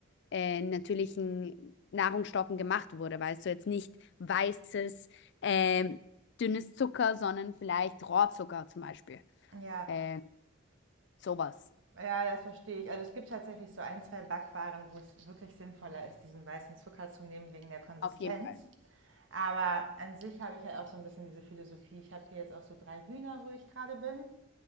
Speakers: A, on the left (about 60°); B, on the right (about 70°).
A: äh, natürlichen Nahrungsstoffen gemacht wurde. Weißt du, jetzt nicht weißes, ähm, dünnes Zucker, sondern vielleicht Rohrzucker zum Beispiel.
B: Ja,
A: Ähm, sowas.
B: Ja, das verstehe ich. Also es gibt tatsächlich so ein, zwei Backwaren, wo es wirklich sinnvoller ist, diesen weißen Zucker zu nehmen wegen der Konsistenz.
A: Auf jeden Fall.
B: Aber an sich habe ich halt auch so ein bisschen diese Philosophie. Ich habe hier jetzt auch so drei Hühner, wo ich gerade bin.